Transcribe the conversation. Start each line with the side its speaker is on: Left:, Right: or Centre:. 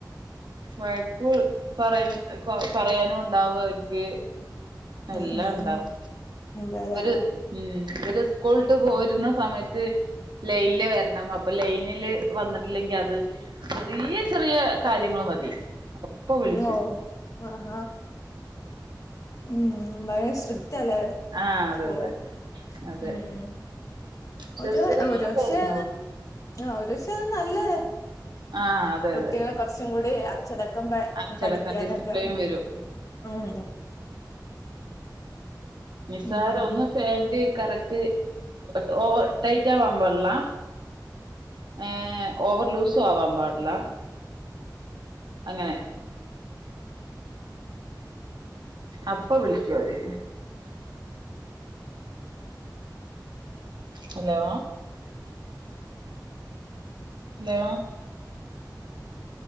Right: വയക്കൂ പറയും കൊ പറയാനും ഉണ്ടാവും അവർക്ക് എല്ലാം
Left: ഉം ഉം
Right: ഇണ്ടാവും
Left: അതെല്ലേ
Right: ഒരു ഉം ഇവര് സ്കൂള്ട്ട് പോരുന്ന സമയത്ത് ലൈനില് വരണം അപ്പൊ ലൈനില് വന്നിട്ടില്ലെങ്കിൽ അത് ചെറിയ ചെറിയ കാര്യങ്ങള് മതി <unintelligible> വിളിക്കും
Left: ഓ ആഹ ഉം ഭയര സ്ട്രിക്റ്റ് ആലേ
Right: ആഹ് അതെ
Left: സ്കൂള്
Right: അതെ അതെ
Left: ഉം
Right: ചെറിയ
Left: ഒരു
Right: ചെറിയ
Left: ഒരുപക്ഷേത്
Right: കാര്യങ്ങള് മതി
Left: ആ ഒരുപക്ഷെ ല്ലേ
Right: ആഹ് അതെ
Left: കുട്ടികളെ
Right: അതെ
Left: കുറച്ചും കൂടി അച്ചടക്കം
Right: അച്ചടക്കം
Left: പഠിക്കാനൊക്കെ
Right: ഡിസിപ്ലിൻ
Left: ഉം
Right: വരും
Left: ഉം
Right: നിസ്സാരം
Left: ഉം
Right: ഒന്ന് പാൻ്റ് കറക്റ്റ് ഓവർ ടൈറ്റ് ആവാൻ പാടില്ലാ ഏഹ് ഓവർ ലൂസും ആവാൻ പാടില്ല അങ്ങനെ അപ്പ വിളിക്കും അവര് ഹലോ ഹലോ